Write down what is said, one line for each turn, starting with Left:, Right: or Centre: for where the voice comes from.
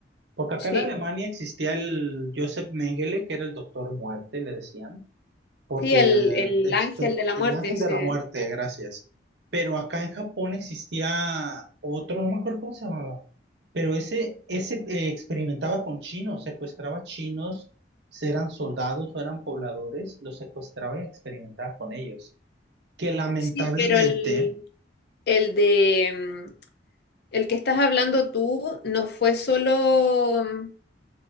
Right: Porque acá
Left: Sí,
Right: en Alemania existía el Joseph Mengele, que era el doctor muerte, le decían. porque
Left: sí, el,
Right: eh,
Left: el
Right: exper-
Left: ángel de la
Right: el
Left: muerte
Right: ángel
Left: ese.
Right: de la muerte, gracias. Pero acá en Japón existía otro, no me acuerdo cómo se llamaba, pero ese, ese eh, experimentaba con chinos, secuestraba chinos, si eran soldados o eran pobladores, los secuestraba y experimentaba con ellos. Que lamentablemente,
Left: Sí, pero el, el de mm, El que estás hablando tú no fue solo, mm,